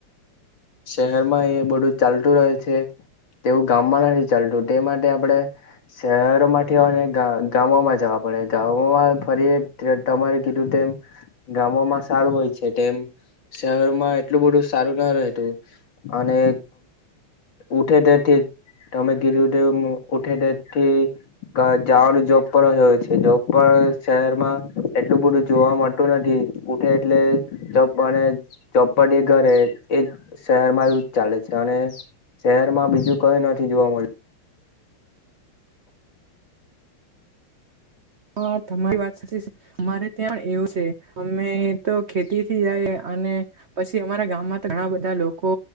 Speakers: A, on the left; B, on the right.
A: શહેરમાં એ બધું ચાલતું રહે છે તેવું ગામમાં નથી ચાલતું તે માટે આપણે શહેરોમાંથી હોને ગા ગામામાં જવા પડે. <unintelligible> ફરી તમારે કીધું તેમ ગામોમાં સારું હોય છે તેમ. શહેરોમાં એટલું બધું સારું ના રહેતું અને ઉઠે તેથી તમે ગીર ઉઠે ઉઠે તેથી જવાનું જોબ પર હોય છે જોબપર શહેરમાં એટલું બધું જોવા મળતું નથ થી ઉઠે એટલે ચોપમાં અને ચોપટી ઘરે એ શહેરમાં એ ચા અને શહેરમાં બીજું કઈ નથી જોવા મળ્યું.
B: હા, તમારી વાત સાચી છે અમારે ત્યાં પણ એવું છે અમે તો ખેતી થી જાય અને પછી અમારા ગામમાં તો ઘણા બધા લોકો